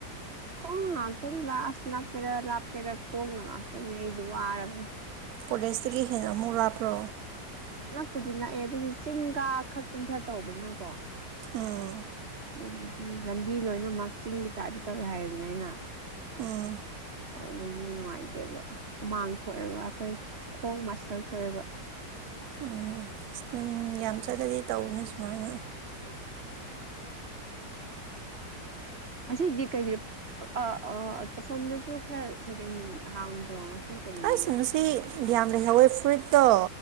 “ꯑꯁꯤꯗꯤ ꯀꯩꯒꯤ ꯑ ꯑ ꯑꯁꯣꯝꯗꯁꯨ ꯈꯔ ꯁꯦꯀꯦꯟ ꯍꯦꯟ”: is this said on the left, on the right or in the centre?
Right